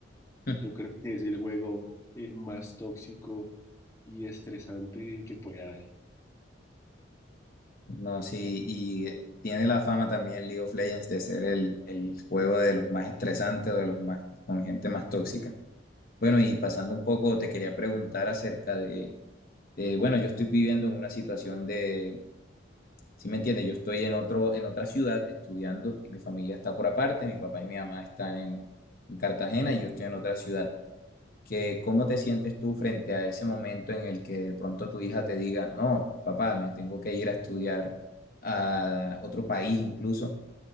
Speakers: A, on the left (about 45°); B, on the left (about 15°).
A: <laughs>
B: Yo creo que es el juego eh, más tóxico y estresante que puede haber.
A: No, sí, y tiene la fama también League of Legends de ser el, el juego de los más estresantes o de los más con gente más tóxica. Bueno, y pasando un poco, te quería preguntar acerca de, de, bueno, yo estoy viviendo en una situación de, si me entiendes, yo estoy en otro, en otra ciudad estudiando y mi familia está por aparte, mi papá y mi mamá están en, en Cartagena y yo estoy en otra ciudad que cómo te sientes tú frente a ese momento en el que de pronto tu hija te diga, no, papá, me tengo que ir a estudiar a otro país incluso,